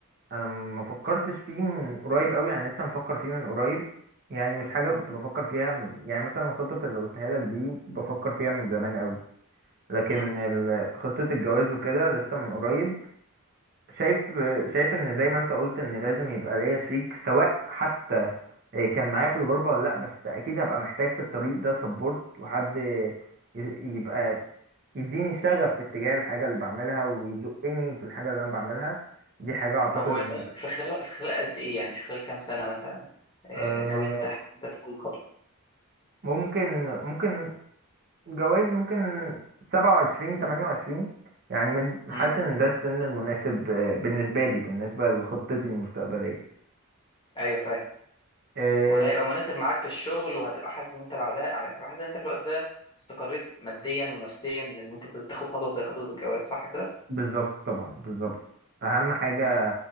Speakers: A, on the right (about 45°); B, on the left (about 20°).
A: أنا ما فكرتش فيه من قريب أوي يعني لسه مفكر فيه من قريب يعني مش حاجة
B: مم.
A: كنت بفكر فيها م- يعني مثلا الخطط اللي قلتها لك دي بفكر فيها من زمان أوي لكن
B: مم.
A: ال- خطة الجواز وكده لسه من قريب شايف شايف إن زي ما أنت قلت إن لازم يبقى ليا شريك سواء حتى إيه كان معايا في الغربة ولا لأ بس أكيد هبقى محتاج في الطريق ده سبورت وحد ي- يبقى يديني شغف في اتجاه الحاجة اللي بعملها ويزقني في الحاجة اللي أنا بعملها دي حاجة أعتقد
B: طب هو يعني
A: إن
B: في خلال في خلال قد ايه يعني في خلال كام سنة مثلا آه،
A: آه،
B: ناوي انت انت تاخد الخطوة؟
A: ممكن ممكن جواز ممكن سبعة وعشرين
B: مم.
A: تمانية وعشرين يعني مد- حاسس
B: مم.
A: إن ده السن المناسب آه، بالنسبة لي بالنسبة لخطتي المستقبلية
B: ايوه فاهم
A: آه،
B: وده هيبقى مناسب معاك في الشغل وهتبقى حاسس ان انت بعدها هتبقى حاسس ان انت في الوقت ده استقريت ماديا ونفسيا لان انت تاخد خطوة زي خطوة الجواز صح كده؟
A: بالظبط طبعا بالظبط أهم حاجة
B: مم.